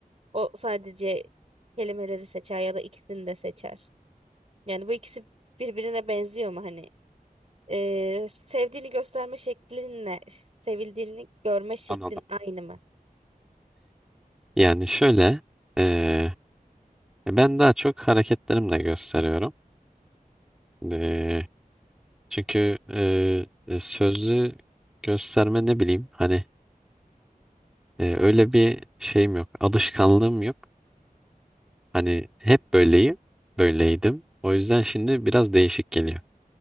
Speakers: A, on the right; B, in the centre.
A: O sadece kelimeleri seçer ya da ikisini de seçer. Yani bu ikisi birbirine benziyor mu hani? Ee, sevdiğini gösterme şeklinle sevildiğini görme şeklin
B: Anladım.
A: aynı mı?
B: Yani
A: Heh.
B: şöyle, eee, ben daha çok hareketlerimle gösteriyorum. Eee, Çünkü e, e, sözlü gösterme ne bileyim hani e, öyle bir şeyim yok. Alışkanlığım yok. Hani hep böyleyim. Böyleydim. O yüzden şimdi biraz değişik geliyor.